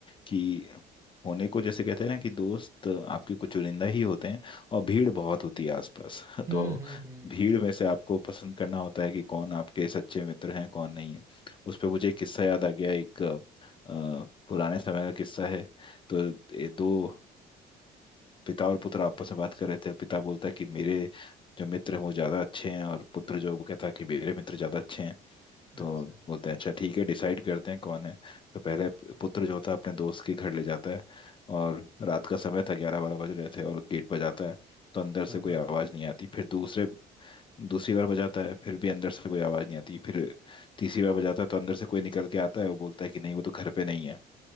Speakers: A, on the left; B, on the right.
A: कि होने को जैसे कहते हैं ना कि दोस्त आपके कुछ चुनिंदा ही होते हैं और भीड़ बहुत होती है आसपास <laughs>
B: हम्म
A: तो
B: हम्म हम्म
A: भीड़ में से आपको पसंद करना होता है कि कौन आपके सच्चे मित्र हैं कौन नहीं है उस पे मुझे एक किस्सा याद आ गया एक अ, पुराने समय का किस्सा है तो ये दो पिता और पुत्र आपस में बात कर रहे थे पिता बोलता है कि मेरे जो मित्र हैं वो ज्यादा अच्छे हैं और पुत्र जो वो कहता है कि मेरे मित्र ज्यादा अच्छे हैं तो
B: अच्छा
A: बोलते हैं अच्छा ठीक है डिसाइड करते हैं कौन है तो पहले पुत्र जो होता है अपने दोस्त के घर ले जाता है और रात का समय था ग्यारह बारह बज रहे थे और गेट बजाता है तो अंदर से
B: हाँ
A: कोई
B: हाँ
A: आवाज नहीं आती फिर दूसरे दूसरी बार बजाता है फिर भी अंदर से कोई आवाज नहीं आती फिर तीसरी बार बजाता है तो अंदर से कोई निकल के आता है वो बोलता है कि नहीं वो तो घर पे नहीं है